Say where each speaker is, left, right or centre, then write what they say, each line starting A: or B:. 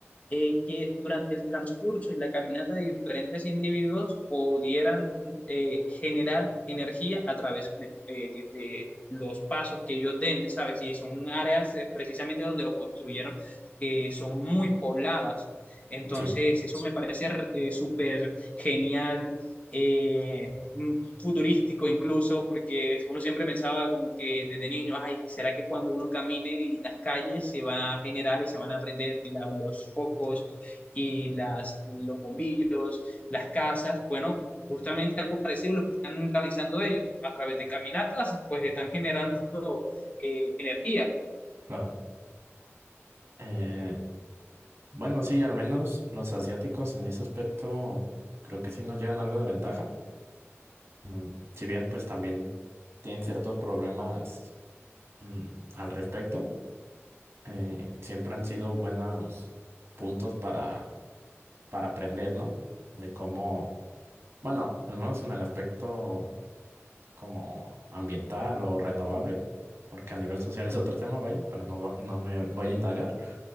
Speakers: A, on the left; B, on the right.
A: eh, que durante el transcurso y la caminata de diferentes individuos pudieran eh, generar energía a través de, eh, de- de los pasos que ellos den, ¿sabes? Y son áreas eh, precisamente donde los construyeron que eh, son muy pobladas. Entonces,
B: Sí,
A: eso me parece eh, súper genial. eh, mm, futurístico incluso, porque uno siempre pensaba como que desde niño, ay, ¿será que cuando uno camine en las calles se va a generar y se van a prender la- los focos y las, los bombillos, las casas? Bueno, justamente algo parecido a lo que están realizando ellos. A través de caminatas, pues están generando eh, energía
B: claro. Eh, Bueno, sí, al menos los asiáticos en ese aspecto creo que sí nos llevan algo de ventaja. Mm, si bien pues también tienen ciertos problemas mm, al respecto, eh, siempre han sido buenos puntos para, para aprender, ¿no? De cómo, bueno, al menos en el aspecto como ambiental o renovable, porque a nivel social es otro tema, vaya, pero no, va- no me voy a indagar.